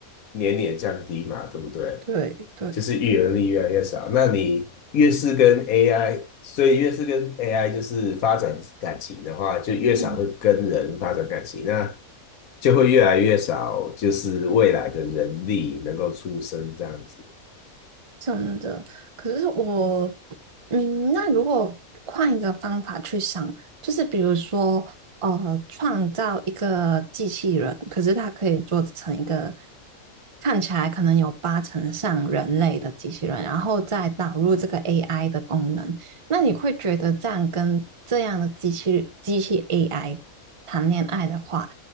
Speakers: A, on the left; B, on the right.
A: 年年降低嘛，对不对？
B: 对对。
A: 就是育儿力越来越少。那你越是跟 AI，所以越是跟 AI 就是发展感情的话，就越少会跟人发展感情，
B: 嗯，
A: 那就会越来越少，就是未来的人力能够出生这样子。
B: 真的。可是我，嗯，那如果换一个方法去想，就是比如说，呃，创造一个机器人，可是它可以做成一个看起来可能有八成像人类的机器人，然后再导入这个 AI 的功能，那你会觉得这样跟这样的机器机器 AI 谈恋爱的话，